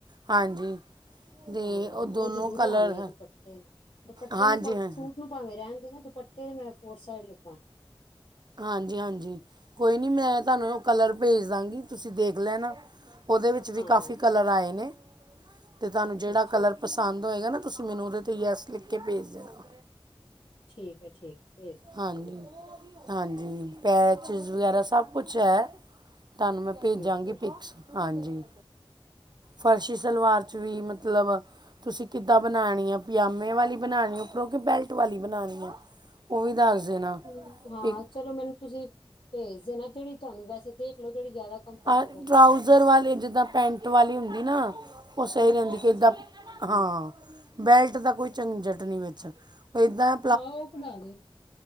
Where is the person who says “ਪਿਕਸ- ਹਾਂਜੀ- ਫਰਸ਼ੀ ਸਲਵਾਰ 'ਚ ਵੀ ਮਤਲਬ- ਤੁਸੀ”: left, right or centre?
Right